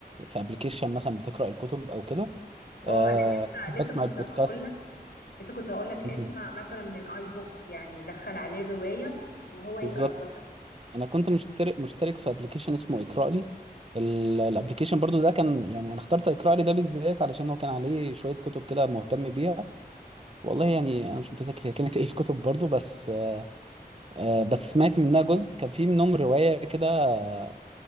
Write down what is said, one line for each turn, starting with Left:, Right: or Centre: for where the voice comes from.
Right: في ابلكيشن مثلا بتقرا الكتب او كده
Left: اه
Right: آه
Left: انا لسه
Right: احب
Left: لسه
Right: اسمع
Left: كنت
Right: البودكاست
Left: هقول لك لسه كنت هقول لك اسمع
Right: مم.
Left: مثلا من اي بوك يعني دخل عليه الروايه وهو يقراها
Right: بالظبط
Left: لك
Right: انا كنت مشترك مشترك في ابلكيشن اسمه اقرا لي الابلكيشن برضو ده كان يعني انا اخترت اقرا لي ده بالذات علشان هو كان عليه شويه كتب كده مهتم بيها والله يعني انا مش متذكر هي كانت <laughs> ايه الكتب برضو بس آه، آه، بس سمعت منها جزء كان في منهم روايه كده آه،